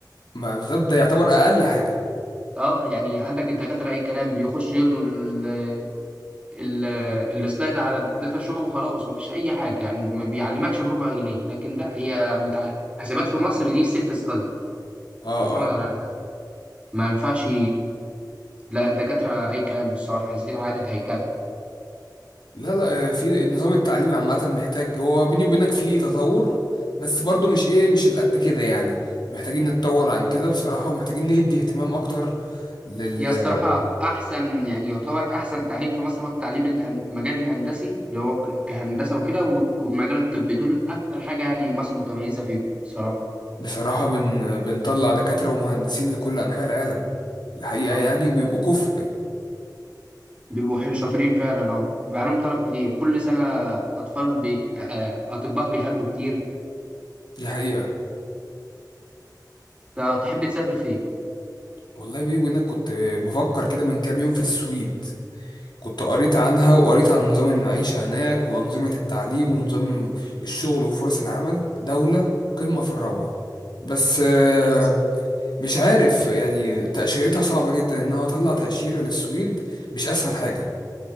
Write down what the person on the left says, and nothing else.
ما بالظبط ده يعتبر أقل حاجة
اه
آه.
لا لا آه، في النظام التعليمي عامة محتاج هو بيني وبينك فيه تطور بس برضو مش ايه مش اللي قد كده يعني محتاجين نتطور عن كده بصراحة ومحتاجين نهدي اهتمام اكتر لل
بصراحة بن... بنطلع دكاترة ومهندسين لكل انحاء العالم الحقيقة
يعني وبيبقوا كفء
دي حقيقة
والله بيني وبينك كنت بفكر كده من كام يوم في السويد كنت قريت عنها وقريت عن نظام المعيشة هناك وأنظمة التعليم ونظام الشغل وفرص العمل دولة قمة في الروعة بس آه،
مش عارف يعني تأشيرتها صعبة جدا إن أنا أطلع تأشيرة للسويد مش أسهل حاجة